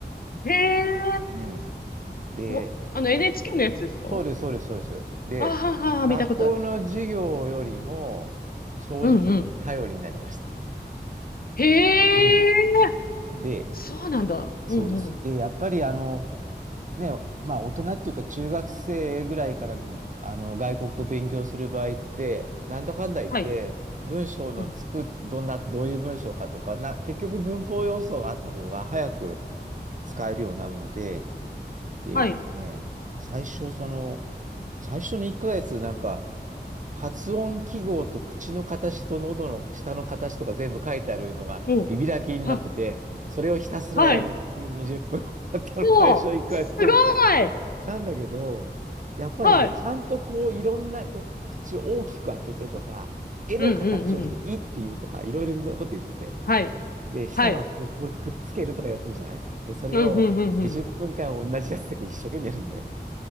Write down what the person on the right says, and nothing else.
うん。で、
やっ、
そうです、そうです、そうです。で、
学校の授業よりも、
正直言って頼りになりました。
うん。で、
そうです。
で、やっぱりあの、ね、まあ大人っていうか中学生ぐらいからあの外国語勉強する場合って、なんだかんだ言って、
文章のつく、
どんな、どういう文章かとか、な、結局文法要素があった方が早く使えるようになるので、で、
えっとね、最初その、最初の1ヶ月なんか、発音記号と口の形と喉の下の形とか全部書いてあるのが見開きになってて、
それをひたすらやるっていう20分だったの、
最初1回。
そうそう。
なんだけど、やっぱりね、
ちゃんとこういろんなこう口を大きく開けてとか、絵の形をしていいっていうとか、
いろいろなこと言ってて。
で、舌はこう、
これくっつけるとかやってるじゃないで、それを20分間同じやつだけ一生懸命やるのね。